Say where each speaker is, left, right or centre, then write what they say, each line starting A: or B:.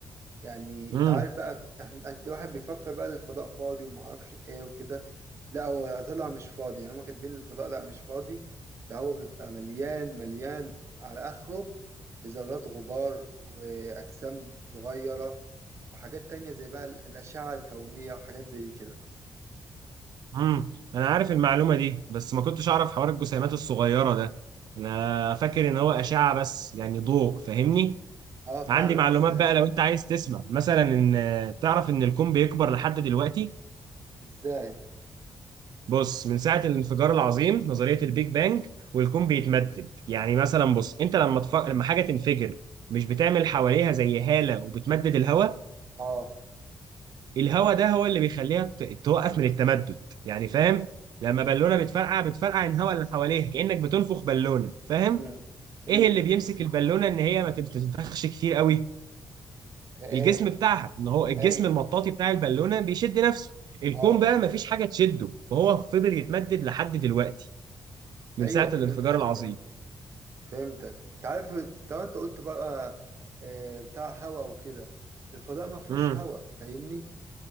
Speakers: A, on the right (about 40°); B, on the right (about 70°).
A: يعني
B: امم
A: انت عارف بقى احنا- انت الواحد بيفكر بقى الفضاء فاضي وما اعرفش ايه وكده لا هو طلع مش فاضي يعني هما كاتبين الفضاء لا مش فاضي ده هو بيبقى مليان مليان على اخره بذرات غبار واجسام صغيرة وحاجات تانية زي بقى ال- الاشعة الكونية وحاجات زي كده
B: امم انا عارف المعلومه دي بس ما كنتش اعرف حوار الجسيمات الصغيره ده انا فاكر ان هو اشعه بس يعني ضوء فاهمني
A: اه فاهمك
B: عندي معلومات
A: بس
B: بقى لو انت عايز تسمع مثلا ان تعرف ان الكون بيكبر لحد دلوقتي
A: ازاي
B: بص من ساعة الانفجار العظيم نظرية البيج بانج والكون بيتمدد يعني مثلا بص انت لما تف... لما حاجة تنفجر مش بتعمل حواليها زي هالة وبتمدد الهواء
A: اه
B: الهواء
A: ايوه
B: ده هو اللي بيخليها ت... توقف من التمدد يعني فاهم لما بالونة بتفرقع بتفرقع الهواء اللي حواليها كأنك بتنفخ بالونة فاهم
A: مم. ايوه
B: ايه اللي بيمسك البالونة ان هي ما تت- تنفخش كتير قوي
A: ايه
B: الجسم بتاعها ان هو الجسم
A: ايوه
B: المطاطي بتاع البالونة بيشد نفسه الكون
A: اه
B: بقى مفيش حاجة تشده فهو فضل يتمدد لحد دلوقتي من
A: ايوه
B: ساعة
A: فهمتك
B: الانفجار العظيم
A: فهمت فهمتك انت عارف طبعا انت قلت بقى آه، بتاع هوا وكده الفضاء ما فيهوش
B: امم
A: هوا فاهمني